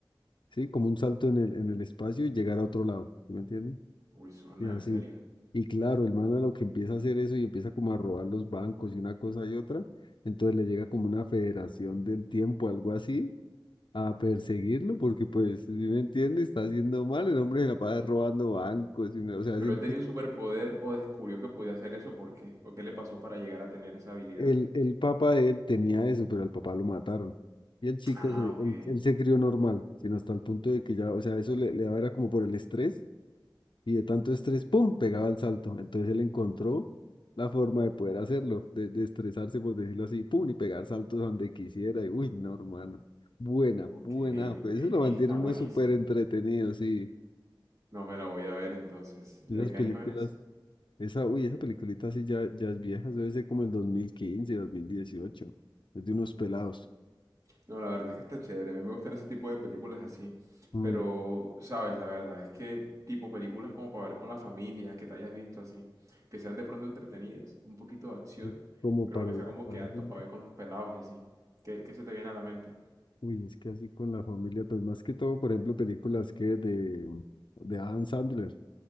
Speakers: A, on the left; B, on the right.
A: ¿sí? Como un salto en el, en el espacio y llegar a otro lado, ¿sí me entiendes?
B: Uy, zona,
A: Y así.
B: en serio.
A: Y claro, el man a lo que empieza a hacer eso y empieza como a robar los bancos y una cosa y otra, entonces le llega como una federación del tiempo, algo así a perseguirlo, porque pues, si me entiende, está haciendo mal, el hombre se la pasa robando bancos, y una- o sea, haciendo-
B: Pero él tenía un superpoder o descubrió que podía hacer eso, ¿por qué? ¿O qué le pasó para llegar a tener esa habilidad?
A: el, el papá de él tenía eso, pero al papá lo mataron. Y el chico,
B: Ah,
A: se,
B: ok.
A: él, él se crió normal, sino hasta el punto de que ya, o sea, eso le, le daba era como por el estrés, y de tanto estrés, ¡pum!, pegaba el salto. Entonces él encontró la forma de poder hacerlo, de, de estresarse, por decirlo así, ¡pum!, y pegar saltos a donde quisiera, y uy, no, hermano. Buena,
B: Ok,
A: buena, pues
B: ok. Ey,
A: eso lo mantiene
B: está buenísima.
A: uno súper entretenido, sí.
B: No me la voy a ver entonces. ¿De
A: Esas
B: qué
A: películas
B: año es?
A: Esa, uy, esa peliculita así ya, ya es vieja, eso debe ser como el 2015, 2018. Es de unos pelados.
B: No, la verdad es que está chévere. A mí me gustan ese tipo de películas así.
A: Mm,
B: Pero, sabes, la verdad es que tipo películas como para ver con la familia, que te hayas visto así. Que sean de pronto entretenidas, un poquito de acción,
A: así como
B: pero
A: para
B: que
A: la
B: sea como
A: familia.
B: que apto para ver con los pelados y así. ¿Qué, qué se te viene a la mente?
A: Uy, es que así con la familia, pues más que todo, por ejemplo, películas que de, de Adam Sandler,